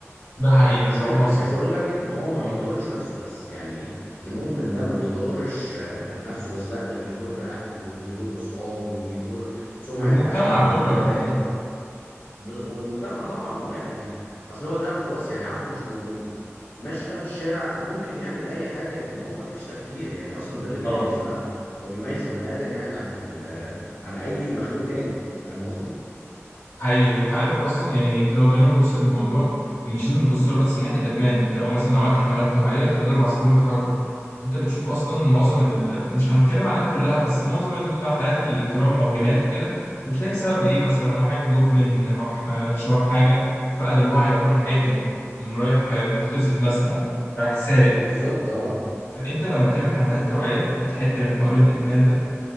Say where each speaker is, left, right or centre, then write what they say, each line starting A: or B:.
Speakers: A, on the left; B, on the left.
A: ده حقيقي
B: والمشكلة
A: فهو اصلا
B: عايز اقول لك ان هو ما
A: اه
B: بيضرش نفسه بس يعني المدمن ده ما بيضرش آه، نفسه بس لا ده بيضر اهله وبيضر اصحابه وبيضر سمعة
A: والمجتمع
B: اهله وكل
A: كله عموما
B: حاجة وب- والمجتمع طبعا اه يعني اصل هو ده خلاص يعني عقله مش موجود ماشي بقى في الشارع ممكن يعمل اي حاجة لان هو ما فيش تفكير يعني اصلا ده اللي بيميزنا
A: اه
B: او بيميز البني ادم يعني عن ال آه، عن اي مخلوق تاني فاهم قصدي؟
A: حقيقي وانت عارف اصلا يعني انت لو جينا نبص للموضوع مش لازم نبص له بس من ناحيه الادمان انت لو مثلا عملت حملات توعيه انت هتضرب عصفورين بحجر انت بتشوف اصلا معظم ال... مش هنتكلم عليها كلها بس معظم الحالات الاجرام او جينات وكده بتلاقي بسبب ايه مثلا واحد مدمن راح آه، شرب حاجه فقد الوعي قام راح قاتل قام رايح آه، مغتصب مثلا راح سارق
B: بالظبط اه
A: فانت لما تعمل حملات توعيه وتحد من حوار الادمان ده